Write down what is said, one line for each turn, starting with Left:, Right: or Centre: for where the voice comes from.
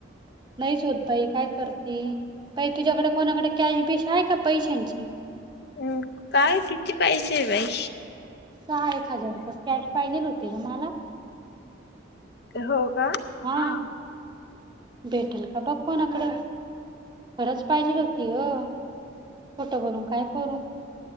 Right: नाहीच होत बाई काय करते बाई तुझ्याकडे कोणाकडे कॅश बिश आहे का पैशांची
Left: म् काय किती पाहिजे बाई
Right: सहा एक हजार रुपये कॅश पाहिजेल होती ग मला
Left: हो का
Right: हा
Left: ह
Right: भेटेल का बघ कोणाकडें खरंच पाहिजे होती अ खोटं बोलू काय करू